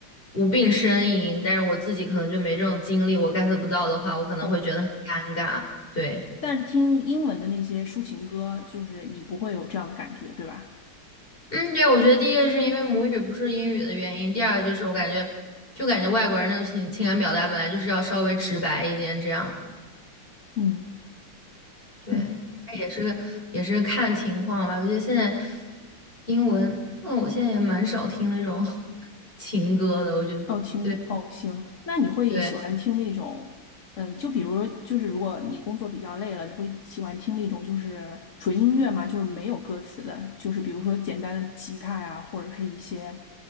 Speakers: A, on the left; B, on the left.
A: 无病呻吟，但是我自己可能就没这种经历，我 get 不到的话，我可能会觉得很尴尬。
B: 哦，
A: 对。
B: 但是听英文的那些抒情歌，就是你不会有这样的感觉，对吧？
A: 嗯，对，我觉得第一个是因为母语不是英语的原因，第二个就是我感觉，就感觉外国人那种情情感表达本来就是要稍微直白一点，这样，
B: 嗯
A: 对，
B: 嗯，
A: 但也是也是看情况吧。我觉得现在英文，嗯，我现在也蛮少听那种 <laughs> 情歌的，我觉得，
B: 哦，听哦，
A: 对
B: 行，那你会喜欢听那种，
A: 对
B: 呃，就比如就是如果你工作比较累了，你会喜欢听那种就是纯音乐吗？就是没有歌词的，就是比如说简单的吉他呀，或者是一些，